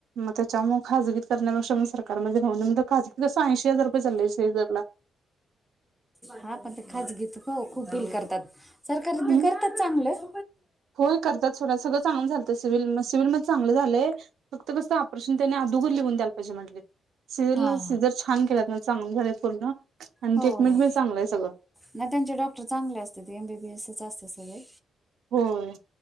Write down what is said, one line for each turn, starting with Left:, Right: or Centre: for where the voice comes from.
Right: मग त्याच्यामु खाजगी करण्यापेक्षाग सरकारमध्येेऊ खागी अस ऐंशी हजार रुपये चाल आहेशे हजारला.
Centre: हा पण ते खचगीेत खूप बील करतात. सरकार ते बी
Right: हम्म
Centre: करतात चांगलं प.
Right: होय करतात सोडा सगळं चांगलं झालतं सिव्हिल सिव्हिलमध्ये चांगलं झालंय फक्त कसं ऑपरेशन कस त्यांनी आगोदर लिहून द्यायला पाहिजे मटले. सिविल
Centre: हा हा
Right: सिझर छान केलात ना चांग झाले पूर्ण आनी
Centre: हो
Right: ट्रीटमेंट
Centre: हो
Right: बी चांगली आहे सगळं.
Centre: नाही त्यांचे डॉक्टर चांगले असते ते एमबीबीएस असते सगळे.
Right: होय.